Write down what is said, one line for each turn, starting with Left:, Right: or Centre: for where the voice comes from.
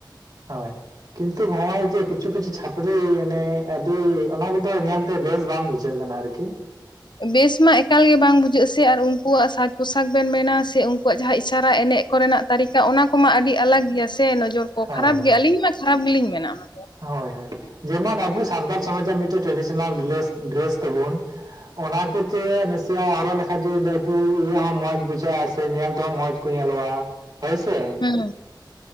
Right: ᱦᱳᱭ ᱠᱤᱱᱛᱩ ᱱᱚᱜ-ᱚᱭ ᱡᱮ ᱠᱤᱪᱷᱩ ᱠᱤᱪᱷᱩ ᱪᱷᱟᱯᱨᱤ ᱮᱱᱮ ᱟᱹᱰᱤ ᱚᱱᱟ ᱠᱚᱫᱚ ᱧᱮᱞ ᱛᱮ ᱵᱮᱥ ᱵᱟᱝ ᱵᱩᱡ ᱷᱟᱹᱜ ᱠᱟᱱᱟ ᱟᱨᱠᱤ
Left: ᱵᱮᱥ ᱢᱟ ᱮᱠᱟᱞ ᱜᱮ ᱵᱟᱝ ᱵᱩᱡᱷᱟᱹᱜ ᱥᱮ ᱟᱨ ᱩᱱᱠᱩᱣᱟᱜ ᱥᱟᱡᱽ ᱯᱳᱚᱥᱟᱠ ᱵᱮᱱ ᱢᱮᱱᱟ ᱥᱮ ᱟᱠᱚᱣᱟᱜ ᱡᱟᱦᱟᱸ ᱤᱥᱟᱨᱟ ᱮᱱᱮᱡ ᱠᱚᱨᱮᱱᱟᱜ ᱛᱟᱹᱨᱤᱠᱟ ᱚᱱᱟ ᱠᱚᱢᱟ ᱟᱹᱰᱤ ᱟᱞᱟᱜᱽ ᱜᱮᱭᱟ ᱥᱮ ᱱᱚᱡᱚᱨ ᱠᱚ
Right: ᱦᱳᱭ
Left: ᱠᱷᱟᱨᱟᱯ
Right: ᱦᱳᱭ
Left: ᱜᱮᱭᱟ ᱟᱹᱞᱤᱧ ᱢᱟ ᱠᱷᱟᱨᱟᱯ ᱜᱮᱞᱤᱧ ᱢᱮᱱᱟ ᱚᱱᱟ
Right: ᱦᱳᱭ ᱦᱳᱭ ᱡᱮᱢᱚᱱ ᱟᱵᱚ ᱥᱟᱱᱛᱟᱲ ᱥᱚᱢᱟᱡᱽᱟᱜ ᱢᱤᱫᱴᱮᱱ ᱴᱨᱮᱰᱤᱥᱚᱱᱟᱞ ᱰᱨᱮᱥ ᱛᱟᱵᱚᱱ ᱚᱱᱟ ᱠᱚᱛᱮ ᱨᱟᱹᱥ ᱥᱮ ᱦᱚᱨᱚᱜ ᱞᱮᱠᱷᱟᱡ <unintelligible> ᱤᱭᱟᱹ ᱦᱚᱸ ᱢᱚᱡᱽ ᱵᱩᱡᱷᱟᱹᱜ-ᱟ ᱥᱮ ᱧᱮᱞ ᱛᱮᱦᱚᱸ ᱢᱚᱡᱽ ᱠᱚ ᱧᱮᱞᱚᱜ-ᱟ ᱦᱳᱭ ᱥᱮ
Left: ᱦᱩᱸ ᱦᱩᱸ